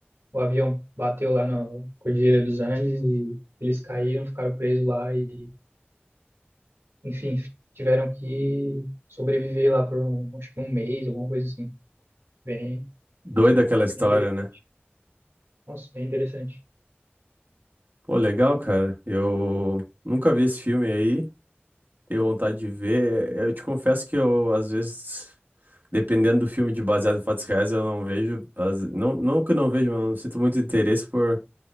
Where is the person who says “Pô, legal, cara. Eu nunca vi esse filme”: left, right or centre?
Right